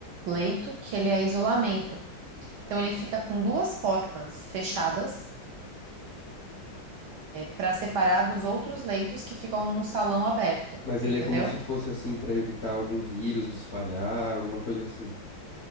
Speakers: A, on the right; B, on the left.
A: leito que ele é isolamento. Então ele fica com duas portas fechadas para separar dos outros leitos que ficam num salão aberto,
B: Mas
A: entendeu?
B: ele é como se fosse, assim, pra evitar algum vírus de espalhar, alguma coisa assim.